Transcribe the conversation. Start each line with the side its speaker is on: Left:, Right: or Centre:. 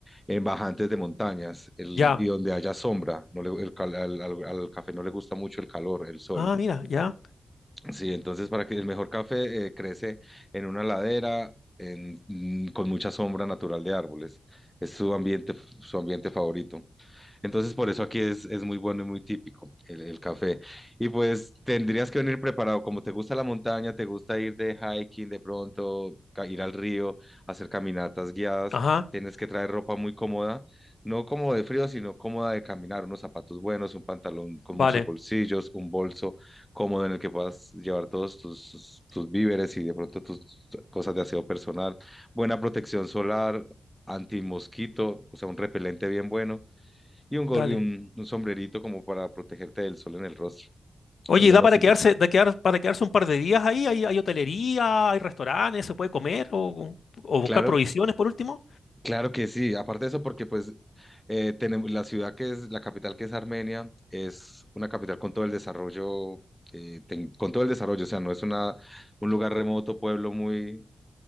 Centre: en bajantes de montañas el-
Left: Ya.
Centre: y donde haya sombra. No le- el cal- al, al- al café no le gusta mucho el calor, el sol.
Left: Ah, mira, ya.
Centre: Sí, entonces para que el mejor café eh, crece en una ladera en- mm, con mucha sombra natural de árboles. Es su ambiente, su ambiente favorito. Entonces, por eso aquí es, es muy bueno y muy típico el, el café. Y pues tendrías que venir preparado, como te gusta la montaña, te gusta ir de hiking de pronto, ca- ir al río, hacer caminatas guiadas,
Left: Ajá.
Centre: tienes que traer ropa muy cómoda, no como de frío, sino cómoda de caminar, unos zapatos buenos, un pantalón con
Left: Vale,
Centre: muchos bolsillos, un bolso cómodo en el que puedas llevar todos tus, tus tus víveres y de pronto tus cosas de aseo personal, buena protección solar, antimosquito, o sea, un repelente bien bueno y un, gor-
Left: dale.
Centre: y un, un sombrerito como para protegerte del sol en el rostro,
Left: Oye,
Centre: es lo
Left: ¿y ¿da
Centre: más
Left: para
Centre: importante.
Left: quedarse, da quedar, para quedarse un par de días ahí? ¿Hay, hay hotelería, hay restaurantes, se puede comer o, o buscar
Centre: Claro,
Left: provisiones por último?
Centre: claro que sí. Aparte de eso, porque pues eh, tenemos la ciudad que es, la capital que es Armenia, es una capital con todo el desarrollo, eh, tec- con todo el desarrollo, o sea, no es una, un lugar remoto, pueblo muy,